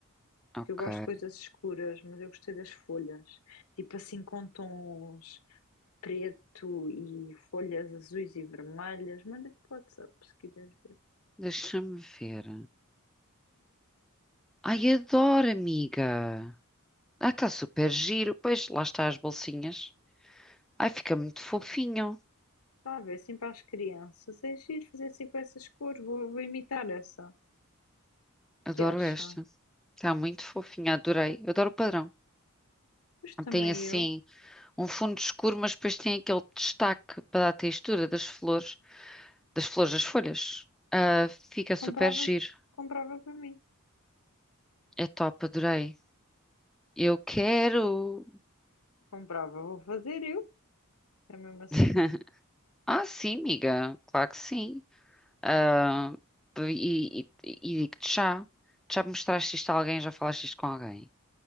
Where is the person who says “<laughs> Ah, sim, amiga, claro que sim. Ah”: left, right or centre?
Centre